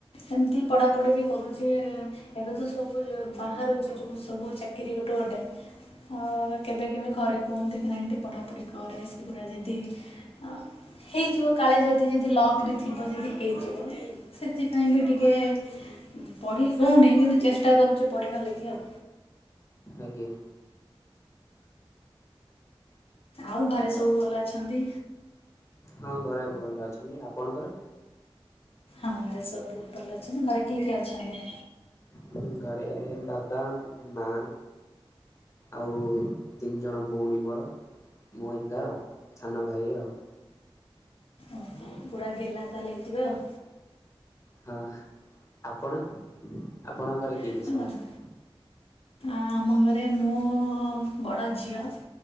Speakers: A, on the left (about 80°); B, on the left (about 30°).
A: ଏମତି ପଢାପଢି ବି କରୁଚି ଏଁ ଏବେ ତ ସବୁ ଯୋଉ ବାହାରୁଛି ଯୋଉ ସବୁ ଚାକିରି ଗୋଟେ ଗୋଟେ ଅ କେବେ କେବେ ଘରେ କୁହନ୍ତି କି ନାଇଁ ଟିକେ ପଢାପଢି କରେ ସେଗୁରା ଯଦି ଆ ହେଇଯିବ କାଳେ ଯଦି ଯଦି ଲକ୍ ରେ ଥିବ ଯଦି ହେଇଯିବ ସେଥିପାଇଁ ବି ଟିକେ ଉଁ ପଢି ହଉନେଇ କିନ୍ତୁ ଚେଷ୍ଟା କରୁଚି ପଢିବା ଲାଗି ଆଉ।
B: ଆଜ୍ଞା।
A: ଆଉ ଘରେ ସବୁ ଭଲ ଅଛନ୍ତି?
B: ହଁ ଘରେ ଭଲ ଅଛନ୍ତି। ଆପଣଙ୍କର?
A: ଆମ ଘରେ ସବୁ ବୋଉତ ଭଲ ଅଛନ୍ତି। ଘରେ କିଏ କିଏ ଅଛନ୍ତି?
B: ହୁଁ ଘରେ ବାବା ଉଁ ମା ଆଉ ତିନ ଜଣ ଭଉଣୀ ମୋର। ମୁଁ ଏକା ଆଉ ଛାନ ଭାଇ ଆଉ।
A: ଓହୋ, ପୁରା ଗେହ୍ଲା ତାହେଲେ ହେଇଥିବେ ଆଉ।
B: ହଁ ଆପଣ ଆପଣଙ୍କ ଘରେ
A: ଆଉ
B: କିଏ କିଏ ସବୁ
A: ହେଲା
B: ଅଛ
A: ଆମ ଘରେ ମୁଁ ବଡ ଝିଅ।